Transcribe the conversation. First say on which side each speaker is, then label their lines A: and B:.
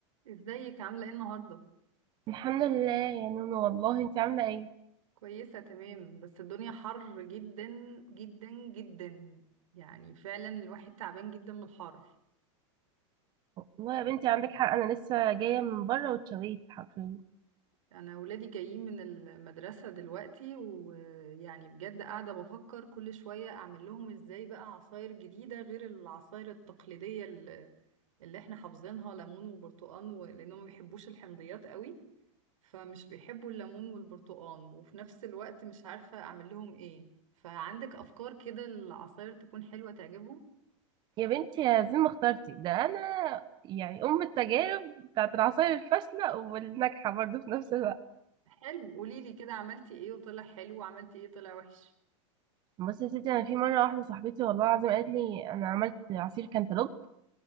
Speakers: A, on the right (about 85°); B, on the right (about 25°).
A: ازيك عاملة ايه النهاردة؟
B: الحمد لله يا نونو والله انت عامله ايه
A: كويسة تمام بس الدنيا حر جدا جدا جدا يعني فعلا الواحد تعبان جدا من الحر
B: والله يا بنتي عندك حق انا لسه جايه من بره واتشويت حرفيا
A: انا اولادي جايين من المدرسة دلوقتي ويعني بجد قاعدة بفكر كل شوية اعمل لهم ازاي بقى عصاير جديدة غير العصاير التقليدية اللي اللي احنا حافظينها ليمون وبرتقال و- لانهم ما بيحبوش الحمضيات قوي فمش بيحبوا الليمون والبرتقال وفي نفس الوقت مش عارفة أعمل لهم إيه فعندك أفكار كده العصاير تكون حلوة تعجبهم
B: يا بنتي يا زين ما اخترتي ده انا يعني ام التجارب بتاعت العصاير الفاشله والناجحه برضه في نفس الوقت
A: حلو قوليلي كده عملتي إيه وطلع حلو وعملتي إيه طلع وحش
B: بصي يا ستي انا في مره واحده صاحبتي والله العظيم قالت لي انا عملت عصير كانتالوب